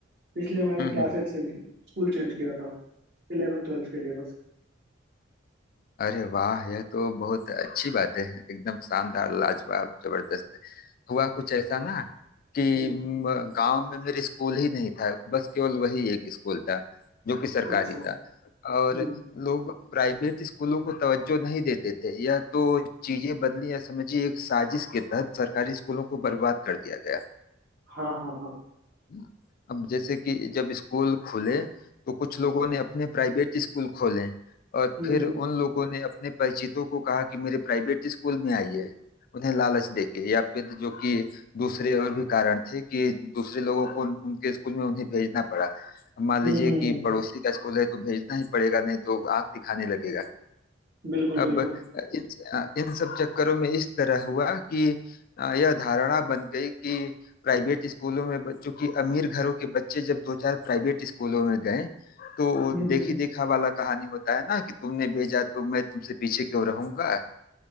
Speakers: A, on the right; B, on the left.
A: इसलिए मैंने
B: हम्म, हम्म।
A: क्लासेस
B: हम्म।
A: चेंज की स्कूल चेंज किया था इलेवन ट्वेल्थ के लिए बस
B: अरे वाह यह तो बहुत अच्छी बात है एकदम शानदार लाजवाब जबरदस्त हुआ कुछ ऐसा ना कि
A: हम्म
B: म, गांव में मेरे स्कूल ही नहीं था बस केवल वही एक स्कूल था जो कि सरकारी
A: अच्छा
B: था
A: हम्म
B: और लोग प्राइवेट स्कूलों को तवज्जो नहीं देते थे यह तो चीजें बदली या समझिए एक साजिश के तहत सरकारी स्कूलों को बर्बाद कर दिया गया
A: हाँ हाँ हाँ
B: हाँ, अब जैसे कि जब स्कूल खुले तो कुछ लोगों ने अपने प्राइवेट स्कूल खोले और
A: हम्म
B: फिर
A: हम्म
B: उन लोगों ने अपने परिचितों को कहा कि मेरे प्राइवेट स्कूल में आइए उन्हें लालच देके या फिर जो कि दूसरे और भी कारण थे कि दूसरे लोगों को उन- उनके स्कूल में उन्हें भेजना पड़ा अब मान
A: हम्म
B: लीजिए
A: हम्म
B: कि
A: हम्म,
B: पड़ोसी का स्कूल है तो भेजना ही पड़ेगा नहीं तो आंख दिखाने लगेगा
A: बिल्कुल बिल्कुल
B: अब इन इन सब चक्करों में इस तरह हुआ कि अ, यह धारणा बन गई कि प्राइवेट स्कूलों में बच्चों की अमीर घरों के बच्चे जब दो चार प्राइवेट स्कूलों में गए तो
A: हम्म
B: देखी
A: हम्म
B: देखा वाला कहानी होता है ना कि तुमने भेजा तो मैं तुमसे पीछे क्यों रहूंगा